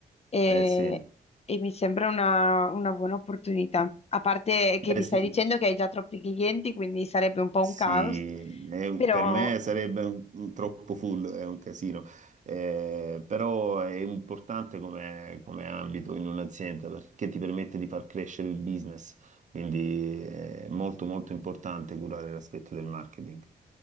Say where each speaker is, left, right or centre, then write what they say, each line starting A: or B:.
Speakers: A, on the left; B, on the right.
A: E,
B: Eh sì,
A: e mi sembra una, una buona opportunità. A parte che
B: beh
A: mi
B: sì,
A: stai dicendo che hai già troppi clienti, quindi sarebbe un po'
B: Sì,
A: un caos.
B: è un-
A: Però,
B: per me sarebbe un- un troppo full, è un casino, Eh, però è importante come, come ambito in un'azienda perché ti permette di far crescere il business, quindi eh, è molto molto importante curare l'aspetto del marketing.